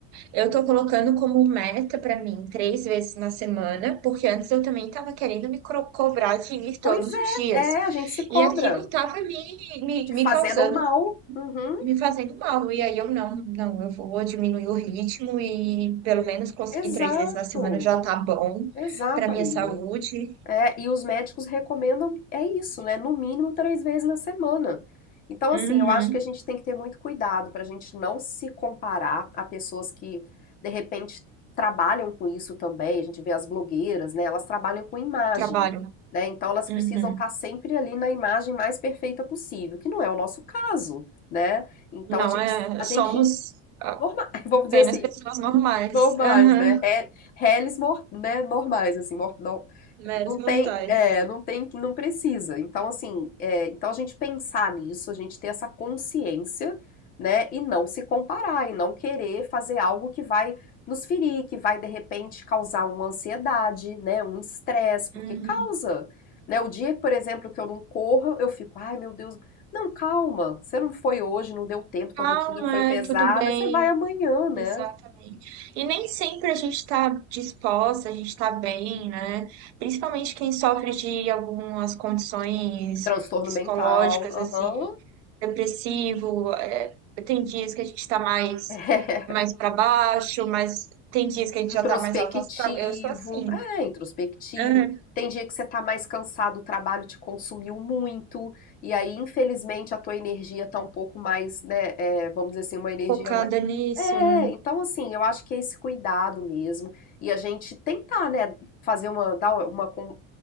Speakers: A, on the right (about 70°); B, on the left (about 30°).
A: Eu tô colocando como meta pra mim três vezes na semana, porque antes eu também tava querendo me cro- cobrar de ir todos
B: Pois é,
A: os dias.
B: é, a gente se cobra.
A: E aquilo tava me, me,
B: Te
A: me
B: fazendo
A: causando.
B: mal. Uhum,
A: Me fazendo mal, e aí eu não, não, eu vou diminuir o ritmo e pelo menos conseguir
B: exato.
A: três vezes na semana já tá bom
B: Exato,
A: para minha
B: amiga.
A: saúde.
B: É, e os médicos recomendam, é isso, né? No mínimo três vezes na semana. Então,
A: Uhum,
B: assim, eu acho que a gente tem que ter muito cuidado para a gente não se comparar a pessoas que, de repente, trabalham com isso também. A gente vê as blogueiras, né? Elas trabalham com imagem,
A: trabalho.
B: né? Então, elas
A: Uhum.
B: precisam estar sempre ali na imagem mais perfeita possível, que não é o nosso caso, né? Então,
A: Não
B: a gente,
A: é,
B: a
A: somos
B: gente, norma- <laughs> vamos dizer
A: apenas
B: assim,
A: pessoas normais,
B: normais,
A: Aham,
B: né? Re- Reles, mor- né? Normais, assim, mor- no-
A: Meros
B: não tem,
A: mortais.
B: é, não tem, não precisa. Então, assim, é, então a gente pensar nisso, a gente ter essa consciência, né, e não se comparar, e não querer fazer algo que vai nos ferir, que vai de repente causar uma ansiedade, né, um estresse, porque
A: Uhum.
B: causa, né? O dia, por exemplo, que eu não corro, eu fico, ai meu Deus, não, calma, você não foi hoje, não deu tempo, tua
A: Calma,
B: rotina foi pesada,
A: é tudo bem,
B: você vai amanhã, né?
A: exatamente. E nem sempre a gente está disposta, a gente está bem, né? Principalmente quem sofre de algumas condições
B: Transtorno
A: psicológicas,
B: mental,
A: assim,
B: aham.
A: depressivo. é, tem dias que a gente está mais,
B: <laughs>
A: mais para baixo, mas tem dias que a gente
B: Introspectivo,
A: já está mais alto astral. Eu sou assim.
B: é introspectivo.
A: É,
B: Tem dia que você tá mais cansado, o trabalho te consumiu muito, e aí, infelizmente, a tua energia tá um pouco mais, né? é, vamos dizer assim, uma energia
A: focada
B: mais.
A: nisso,
B: É,
A: né?
B: então assim, eu acho que é esse cuidado mesmo. E a gente tentar, né, fazer uma, dar uma, con-